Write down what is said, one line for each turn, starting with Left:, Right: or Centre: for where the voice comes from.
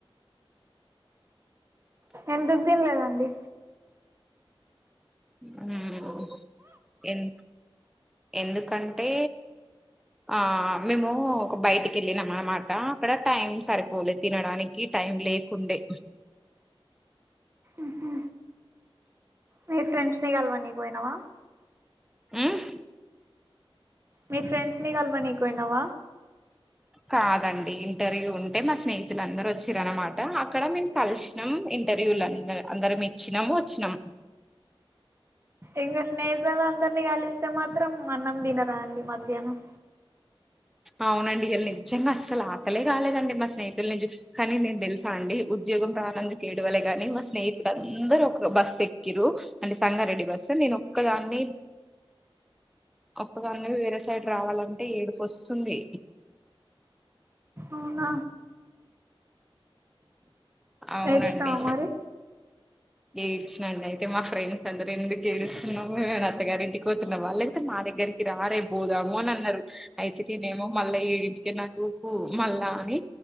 Right: ఎందుక్ తిన్లేదండి
Centre: హుమ్ ఎన్ ఎందుకంటే ఆ మేము ఒక బయటికి వెళ్ళినాం అనమాట అక్కడ టైం సరిపోలే తినడానికి టైం లే ఉండే
Right: ఉహు మీ ఫ్రెండ్స్ ని గల్వనీకి పోయినావ
Centre: ఉమ్
Right: మీ ఫ్రెండ్స్ ని గల్వనీకు పోయినావ
Centre: కాదండి ఇంటర్వ్యూ ఉంటే మా స్నేహితులందరు వచ్చిరనమాట అక్కడ మేము కలిసి ఇంటర్వ్యూలు అందరం ఇచ్చినాము వచ్చినాం
Right: ఇంకా స్నేహితులందరినీ కలిస్తే మాత్రం అన్నం తినరా అండి మధ్యాహ్నం
Centre: అవునండి ఇయళ్ళ నిజ్జంగా అసలు ఆకలే కాలేదండి మా స్నేహితులు నుంచి కానీ నేను తెల్సా అండి ఉద్యోగం రానందునికి ఏడవలేగాని మా స్నేహితులు అందరుూ ఒక బస్సు ఎక్కిరు అంటే సంగారెడ్డి బస్ నేను ఒక్కదాన్ని ఒక్కదాన్ని వేరే సైడ్ రావాలంటే ఏడుపు వస్తుంది
Right: అవున
Centre: అవునండి
Right: ఏడిసినావా మరి
Centre: ఏడ్చినండ్ అయితే మా ఫ్రెండ్స్ అందరు ఎందుకు ఏడుస్తున్నాము మేమే అత్తగారి ఇంటికితున్నా వా లేకపోతే మా దగ్గరికి రా రేప్ బోదాం అని అన్నారు అయితే నేనేమో మళ్ళా ఏడింటికి నాకుకు మళ్ళా అని